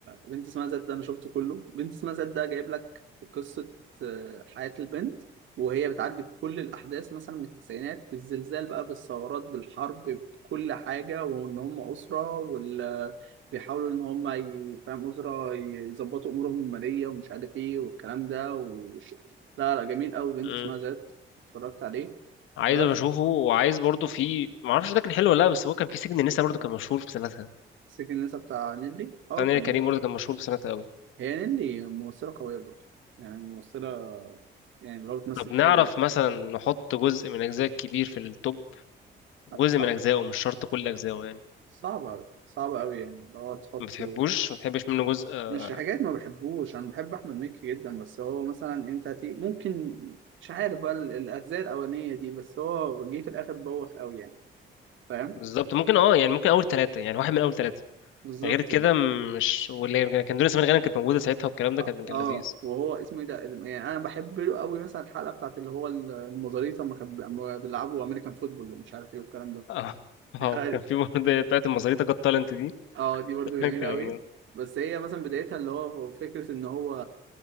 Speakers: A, on the right (about 75°); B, on the left (about 80°).
A: بنت اسمها زاد ده أنا شفته كله بنت اسمها زاد ده جايب لك قصة آه، حياة البنت وهي بتعدي بكل الأحداث مثلا من التسعينات بالزلزال بقى بالثورات بالحرب بكل حاجة وإن هم أسرة وال بيحاولوا إن هم ي- فاهم أسرة يظبطوا أمورهم المالية ومش عارف إيه والكلام ده وش... لا لا جميل أوي بنت
B: مم.
A: اسمها زاد اتفرجت عليه
B: عايز
A: بس
B: أبقى أشوفه وعايز برضه في معرفش ده كان حلو ولا لأ بس هو كان في سجن لسه برضه كان مشهور في سنتها
A: سجن النساء بتاع نيلي اه
B: ثانية
A: كان
B: كريم برضه كان مشهور في سنتها أوي
A: هي نيلي ممثلة قوية برضه يعني ممثلة يعني اللي هو بتمثل
B: طب نعرف
A: حلو يعني
B: مثلا نحط جزء من أجزاء كبير في التوب جزء
A: صعب
B: من أجزائه مش شرط كل أجزائه يعني
A: صعب أوي صعب أوي يعني اللي هو تحطه
B: ما بتحبوش ما بتحبش منه جزء آه،
A: مش حاجات ما بحبوش أنا بحب أحمد مكي جدا بس هو مثلا أنت هتي... ممكن مش عارف بقى ال- الأجزاء الأولانية دي بس هو جه في الآخر بوخ أوي يعني فاهم
B: بالظبط ممكن اه يعني ممكن أول ثلاثة يعني واحد من أول ثلاثة
A: بالظبط
B: غير كده مش واللي كان دنيا سمير غانم كانت موجودة ساعتها والكلام
A: اه
B: ده كان كان
A: آه،
B: لذيذ
A: وهو اسمه ايه ده ال- يعني انا بحب له قوي مثلا الحلقه بتاعت اللي هو ال- المزاريطه لما كان بي- أما بيلعبوا امريكان فوتبول ومش عارف ايه والكلام ده
B: اه اه
A: الحلقة
B: وكان في برضه بتاعت المزاريطة جت تالنت دي
A: اه دي برضو
B: <laughs>
A: جميلة
B: كان
A: قوي بس هي مثلا بدايتها اللي هو فكرة ان هو